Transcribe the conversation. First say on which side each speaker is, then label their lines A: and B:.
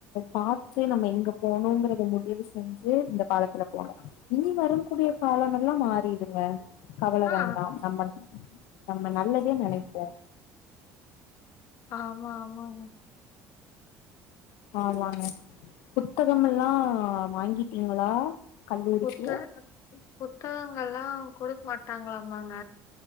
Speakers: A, on the left; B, on the left.
A: பாத்து நம்ம எங்க போனுங்கறத முடிவு செஞ்சு இந்த காலத்துல போனு இனி வரும் கூடிய
B: ஆ
A: காலமெல்லா மாறிடுங்க கவல
B: ஆ,
A: வேண்டா நம்ம நம்மன நல்லதே நெனைப்போ
B: ஆமா ஆமாங்க
A: ஆமாங்க புத்தகம் எல்லா வாங்கிட்டீங்களா கல்லூரிக்கு
B: புத்தகங்கள் புத்தகங்கள்லா குடுக்க மாட்டாங்களாமாங்க